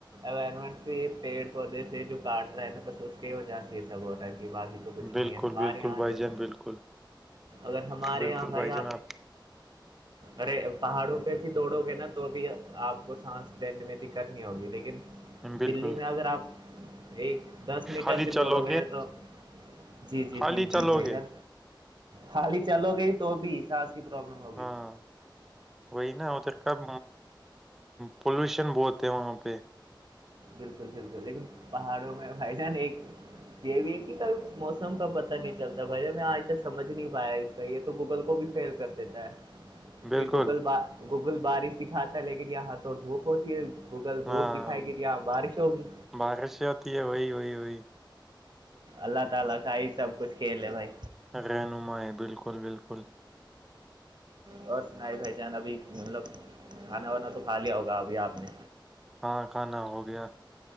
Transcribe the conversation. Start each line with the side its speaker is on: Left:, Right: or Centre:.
Right: امٹ تو یہ پیڑ پودے سے جو کاٹ رہا ہے نا بس اس کی وجہ سے یہ سب ہو رہا ہے کہ باقی تو کچھ نہیں
Centre: بالکل
Right: ہے ہمارے
Centre: بالکل
Right: یہاں
Centre: بھائی
Right: دیکھو
Centre: جان بالکل
Right: اگر ہمارے
Centre: بالکل
Right: یہاں بھائی
Centre: جان آپ
Right: ارے پہاڑوں پہ بھی دوڑو گے نا تو بھی آپ کو سانس لینے میں دقت نہیں ہوگی لیکن
Centre: بالکل
Right: دلی میں اگر آپ ایک دس میٹر
Centre: خالی
Right: بھی
Centre: چلو
Right: دوڑو گے تو جی جی
Centre: خالی
Right: جی جی
Centre: چلو
Right: بھائی
Centre: گے
Right: جان خالی چلو گی تو بھی سانس کی پروابلم ہوگی
Centre: ہاں وہی نا ادھر کاب پولوشن بہت ہے وہاں پہ
Right: بالکل بالکل لیکن پہاڑوں میں بھائی جان ایک یہ بھی ہے کہ کب موسم کا پتاہ نہیں چلتا بھائی میں آج تک سمجھ نہیں پایا یہ تو گوگل کو بھی فیل کر دیتا ہے
Centre: بالکل
Right: یہ گوگل بار گوگل بارش ہی کاتا ہے لیکن یہاں تو دھوپ ہوتی ہے گوگل دھوپ
Centre: ہاں
Right: دکھائے گی یہاں بارش ہوگی
Centre: بارش سے ہوتی ہے وہی ہو ہو
Right: اللہ تعالی کا ہی سب کچھ کھیل ہے بھائی
Centre: رہنما بالکل بالکل
Right: اور سنائی بھائی جان ابھی مطلب کھانا وانا تو کھا لیا ہوگا ابھی آپ نے
Centre: ہاں کھانا ہو گیا